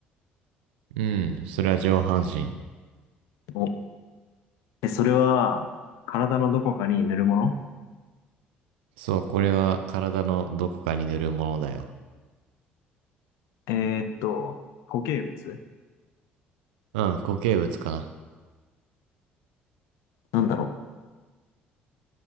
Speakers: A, on the right; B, on the left.
A: うん、それは上半身。
B: お、え、それは、体のどこかに塗るもの
A: そう、これは体のどこかに塗るものだよ。
B: えーっと、固形物
A: うん、固形物かな。
B: なんだろう